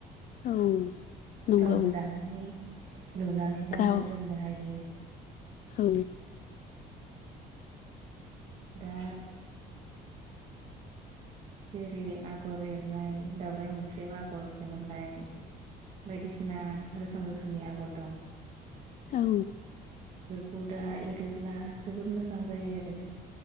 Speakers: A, on the left; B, on the right.
A: औ नंगौ
B: गावनो दानानै लुनानै गाननो
A: गाव
B: जोमनो हायो।
A: औ
B: दा जेरै आगर एरनाय दावउराइ मोख्रेब आगर एहरनाय बायदिसिना रोखोम रोखोमनि आगर दं
A: औ
B: खौ दा एरोब्ला जोबोद मोजां जायो आरो